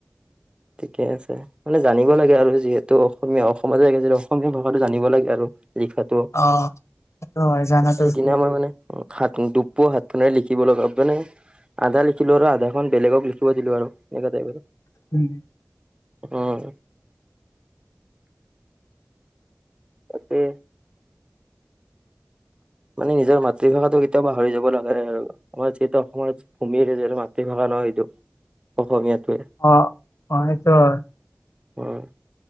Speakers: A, on the right; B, on the left.
A: ঠিকে আছে। মানে জানিব লাগে আৰু যিহেতু অসমীয়া অসমতে অসমীয়া ভাষাটো জানিব লাগে আৰু লিখাটো।
B: অ সেইটো হয় জানাতো
A: যিদিনা
B: ঠিক।
A: আমাৰ মানে হাত দুপোৱা, হাতখনেৰে লিখিব লগা মানে আধা লিখিলোঁ আৰু আধাখন বেলেগক লিখিব দিলোঁ আৰু এনেকা টাইপ আৰু।
B: উম।
A: উম। তাকে। মানে নিজৰ মাতৃভাষাটো কেতিয়াও পাহৰি যাব নালাগে আৰু। আমাৰ যিহেতু অসমৰ ভূমিৰ য মাতৃভাষা নহয় সেইটো অসমীয়াটোৱে।
B: অ', অ' সেইটো হয়।
A: উম।